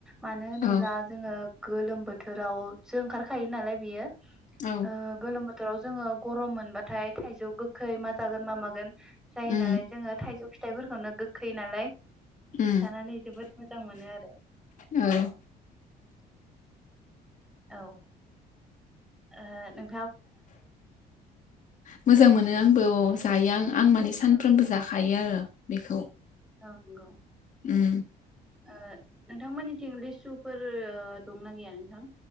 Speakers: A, in the centre; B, on the left.
A: मानो होनोब्ला
B: औ
A: जोङो गोलोम बोथोरावसो ओंखारखायो नालाय बेयो
B: औ
A: ओ गोलोम बो थोराव जोङो गरम मोनबाथाय थाइजौ गोखै जागोन मा मागोन जायो
B: उम
A: नालाय जोङो थाइजौ फि थायफोरखौनो गोखै नालाय
B: उम
A: जानानै जोबोत मोजां मोनो आरो।
B: औ
A: औ ओ नों
B: मोजां मोनो आंबो अ जायो आं। आं माने सानफ्रोमबो
A: औ
B: जाखायो आरो‌। बेखौ
A: औ नंगौ
B: उम
A: ओ नोंथांमोननिथिं लिसुफोर दंना गैयानो